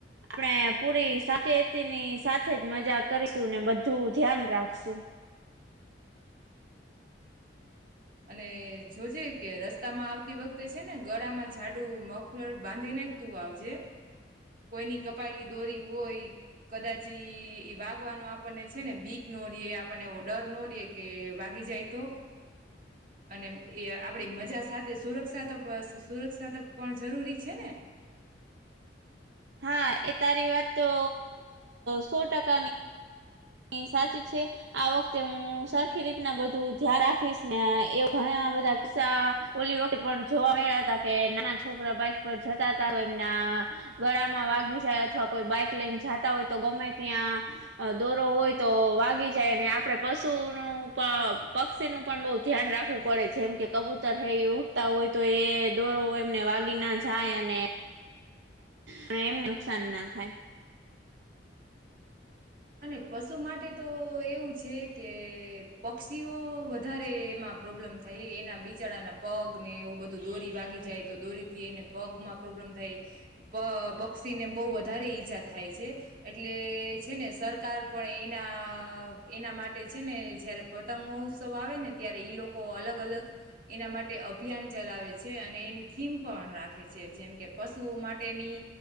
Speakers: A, on the right; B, on the right.
A: આપણે પૂરી સાવચેતીની સાથે જ મજા કરીશું ને બધું ધ્યાન રાખશું
B: અને જોજે કે રસ્તામાં આવતી વખતે છે ને ગળામાં જાડું મફલર બાંધીને જ તું આવજે કોઈની કપાયેલી દોરી હોય કદાચ એ વાગવાનો આપણને છે ને બીક ન રહીએ આપણને એવો ડર ન રહીએ કે વાગી જાય તો અને એ આપણી મજા સાથે સુરક્ષા ત સુરક્ષા ત પણ જરૂરી છે ને
A: હા એ તારી વાત તો સો ટકાની ની સાચી છે આ વખતે હું સરખી રીતના બધું ધ્યા રાખીશ ને એવું ઘણા બધા કિસ્સા ઓલી વખતે પણ જોવા મળ્યા હતા કે નાના છોકરા બાઈક પર જતા હતા તો એમના ગળામાં વાગી જાય અથવા કોઈ બાઈક લઈન જાતા હોય તો ગમે ત્યાં અ દોરો હોય તો વાગી જાય અને આપડે પશુનું પ પક્ષીનું પણ બઉ ધ્યાન રાખવું પડે જેમ કે કબૂતર હે એ ઉડતા હોય તો એ દોરો એમને વાગી ના જાય અને પણ એમને નુકસાન ના થાય.
B: અને પશુ માટે તો એવું છે કે પક્ષીઓ વધારે એમાં પ્રોબ્લેમ થાય એના બિચાડાના પગ ને એવું બધું દોરી વાગી જાય તો દોરીથી એને પગમાં પ્રોબ્લમ થાય પ પક્ષીને બઉ વધારે ઈજા થાય છે એટલે છે ને સરકાર પણ એના એના માટે છે ને જયારે પતંગ મહોત્સવ આવે ને ત્યારે ઈ લોકો અલગ અલગ એના માટે અભિયાન ચલાવે છે અને એની થીમ પણ રાખે છે જેમ કે પશુઓ માટેની